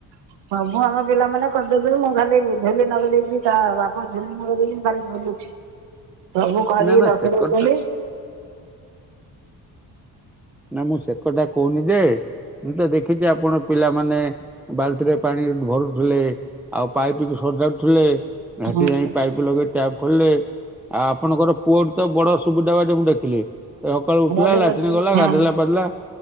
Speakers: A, on the right; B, in the centre.
A: ସବୁ ଆମ ପିଲାମାନେ। କରିଦେବି ମୁଁ ଖାଲି ଧୁଲି ନଗର ଦେଇକି ତା ବାପା ଧୋଲି ନଗର ଦେଇକି ମୁଁ ଖାଲି ଧୁଲୁଛି। ସବୁ କରିକି
B: ନା ନା
A: ରଖିଦଉଛନ୍ତି।
B: ସେ କଥା ନା ମୁଁ ସେ କଥା କହୁନି ଯେ ମୁ ତ ଦେଖିଛି ଆପଣ ପିଲାମାନେ। ବାଲ୍ତିରେ ପାଣି ଭରୁଥିଲେ ଆଉ ପାଇପ୍ କି ସଜାଡୁଥିଲେ। ସେଠି
A: ହୁଁ
B: ଯାଇ ପାଇପ୍ ଲଗେଇ ଟ୍ୟାପ୍ ଖୋଲିଲେ ଆଉ ଆପଣଙ୍କର ପୁଅଠ ତ ବଡ ସୁବିଧା ବା ଯେ ମୁଁ ଦେଖିଲି। ସକାଳୁ ଉଠିଲା
A: ହୁଁ
B: ଲାଟିନ ଗଲା
A: ହଁ।
B: ଗାଧେଲା ପାଧେଇଲା